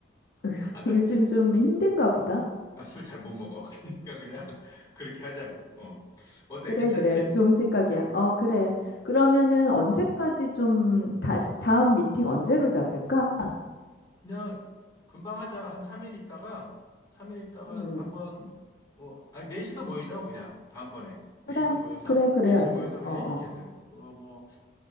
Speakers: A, on the left; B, on the left.
A: <laughs>
B: 아, 나,
A: 요즘 좀 힘든가 보다.
B: 나 술 잘 못 먹어. <laughs> 그러니까 그냥 <laughs> 그렇게 하자고. 어. 어때?
A: 그래,
B: 괜찮지?
A: 그래. 좋은 생각이야. 어, 그래.
B: 음.
A: 그러면은 언제까지 좀 다시, 다음 미팅 언제로 잡을까?
B: 그냥 금방 하자. 한 3일 있다가, 3일 있다가
A: 음,
B: 한번, 어, 아니, 넷이서 모이자고, 그냥. 다음번에. 넷이서
A: 그래,
B: 모여서,
A: 그래,
B: 넷이
A: 그래야지.
B: 모여서 그냥
A: 어, 어.
B: 얘기하자. 그거 뭐,